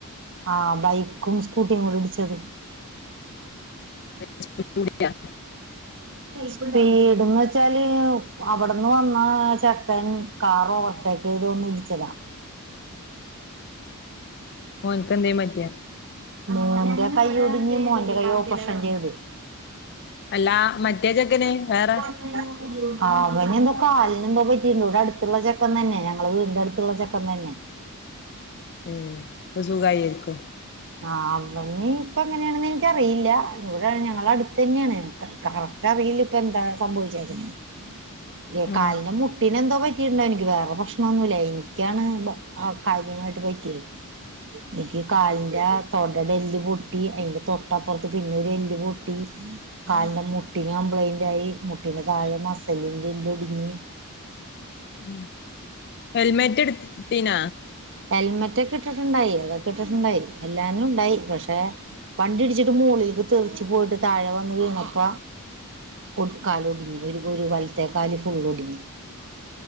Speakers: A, on the right (about 60°); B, on the left (about 50°).
A: ആഹ് ബൈക്കും സ്കൂട്ടിയും കൂടി ഇടിച്ചത്
B: <unintelligible>
A: സ്പിട്ന്ന് വെച്ചാല് അവിടന്ന് വന്ന ചെക്കൻ കാറോവർടേക്ക് ചെയ്ത് വന്ന് ഇടിച്ചതാണ്
B: ഓൻക്കെന്തേം പറ്റിയോ
A: മോന്റെ കയ്യൊടിഞ്ഞ് മോന്റെ കൈ ഓപ്പറഷൻ ചെയ്ത്
B: അല്ലാ മറ്റേ ചെക്കന് വേറെ
A: <inaudible> അവനെന്തോ കാലിനെന്തോ പറ്റിട്ട്ണ്ട്. ഇവിടെ അടുത്തുള്ള ചെക്കൻ തന്നെ ഞങ്ങള വീടിന്റെ അടുത്തുള്ള ചെക്കൻ തന്നെ
B: <unintelligible> ഇപ്പൊ സുഖായി ആയിരിക്കും
A: ആഹ് അവന് ഇപ്പൊ എങ്ങനെയാണെന്ന് എനിക്കറിയില്ല ഇവിടെ ഞങ്ങള അടുത്ത് തന്നെയാണ് കറക്റ്റ് അറിയില്ല ഇപ്പ എന്താ സംഭവിച്ചേക്ക
B: ആഹ്
A: കാലിന് മുട്ടിനന് എന്തോ പരി കീണ്ടോ എനിക്ക് വേറെ പ്രശ്നമൊന്നുമല്ല എനിക്കാണ് കാര്യമായിട്ട് പറ്റിയത് എനിക്ക് കാലിന്റെ തൊ ഇടെ എല്ല് പൊട്ടി അയിന്റെ തൊട്ടപ്പുറത്ത് പിന്നെ ഒരു എല്ല് പൊട്ടി കാലിന്റെ മുട്ടിന് കംപ്ലൈന്റ് ആയി മുട്ടിന്റെ താഴെ മസലിൻന്റെ എല്ല് ഒടിഞ്ഞു
B: ഉം ഹെൽമെറ്റ് എട് ഇട്ടീന
A: ഹെൽമെറ്റൊക്കെ ഇട്ടിട്ടുണ്ടായി അതൊക്കെ ഇട്ടിട്ടുണ്ടായി എല്ലാനും ഉണ്ടായി പക്ഷെ വണ്ടി ഇടിച്ചിട്ട് മോളിലേക്ക് തെറച്ച് പോയിട്ട് താഴെ വന്ന് വീണപ്പ ഒട്കാലൊടിഞ്ഞ് ഒരു വലത്തേക്കൽ ഫുൾ ഒടിഞ്ഞ്